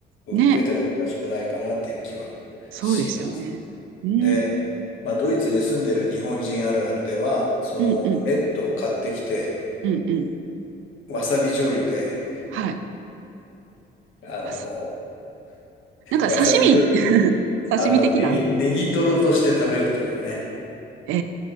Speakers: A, on the left; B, on the right.
A: 売っててもおかしくないかなっていう気はします。
B: ん。ね、そうですよね。うん、
A: で、まあ、ドイツに住んでる日本人あるあるでは、そのメットを買ってきて、
B: うん、うん、うん、うん。
A: わさび醤油で、
B: はい。
A: あの、
B: あすなんか刺身、
A: わさび醤油
B: <laughs> 刺身的な
A: あの、ネギ、ネギトロとして食べるというね。
B: え